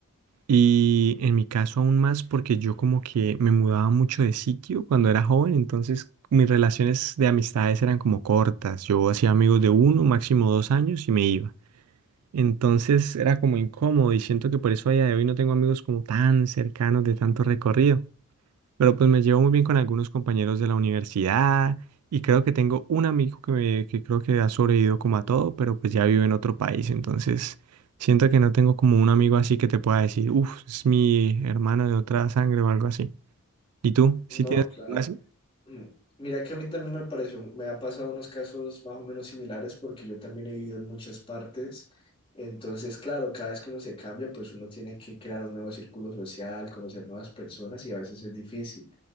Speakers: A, on the right; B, on the left.
A: Y en mi caso aún más porque yo como que me mudaba mucho de sitio cuando era joven, entonces mis relaciones de amistades eran como cortas. Yo hacía amigos de uno, máximo dos años y me iba. Entonces era como incómodo y siento que por eso a día de hoy no tengo amigos como tan cercanos de tanto recorrido. Pero pues me llevo muy bien con algunos compañeros de la universidad y creo que tengo un amigo que, me- que creo que ha sobrevivido como a todo, pero pues ya vive en otro país, entonces siento que no tengo como un amigo así que te pueda decir, uff, es mi hermano de otra sangre o algo así. ¿Y tú?
B: No,
A: ¿Sí tienes
B: claro.
A: alguno así?
B: Mm, Mira que a mí también me pareció, me ha pasado unos casos más o menos similares porque yo también he vivido en muchas partes. Entonces, claro, cada vez que uno se cambia, pues uno tiene que crear un nuevo círculo social, conocer nuevas personas y a veces es difícil.